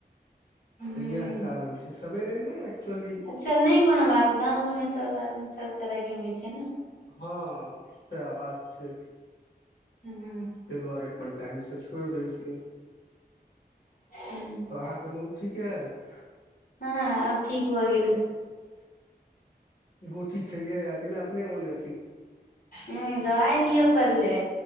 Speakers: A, on the left; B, on the left.
A: हूँ
B: तऽ इएह कारण छै सबेरे ने एक्चुअली
A: से नै कोनो बात गाँव घर में सब आदमी सब तरहके होइ छै ने।
B: हँ सएह बात छै।
A: ह
B: तै दुआरे अपन टाईम से छोड़ि दैऽ छियै।
A: हूं।
B: तऽ अहाँके मोन ठीक यऽ।
A: हँ आब ठीक भऽ गेले।
B: गोटी खेलिय आ कि ने अपने मोने।
A: ह दबाई लियअ पड़लै।